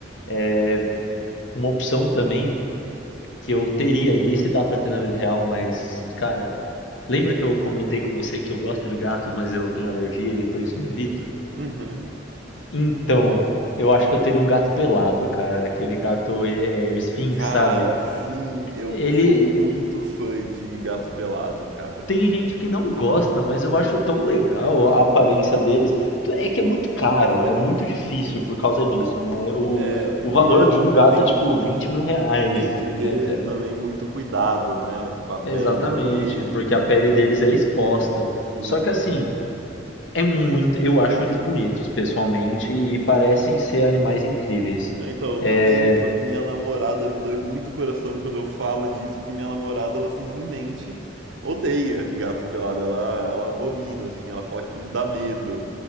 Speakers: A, on the left; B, on the right.
A: É uma opção também que eu teria, e esse dá para ter na vida real, mas cara, Lembra que eu comentei com você que eu gosto de gatos, mas eu tenho alergia e por isso eu evito?
B: Uhum.
A: Então, eu acho que eu teria um gato pelado, cara. Aquele gato é, é, o Sphinx,
B: Cara,
A: sabe?
B: sim, eu
A: Ele
B: sou muito fã de gato pelado, cara.
A: tem gente que não gosta, mas eu acho tão legal a aparência deles. É que é muito caro, é muito difícil por causa disso, né? O,
B: É,
A: o
B: e
A: valor
B: é,
A: de um gato
B: tem,
A: é tipo 20 mil reais,
B: e tem que
A: né?
B: ter
A: É-
B: também muito cuidado, né? Com a pele
A: Exatamente,
B: dele,
A: porque
B: tem
A: a pele
B: que ter,
A: deles é exposta.
B: sim.
A: Só que assim. É muito, eu acho eles bonitos pessoalmente e parecem ser animais incríveis.
B: Ah, Então, eu
A: É,
B: também, só que minha namorada me dói muito o coração quando eu falo disso, porque minha namorada, ela simplesmente odeia gato pelado, ela, ela abomina, assim, ela fala que dá medo,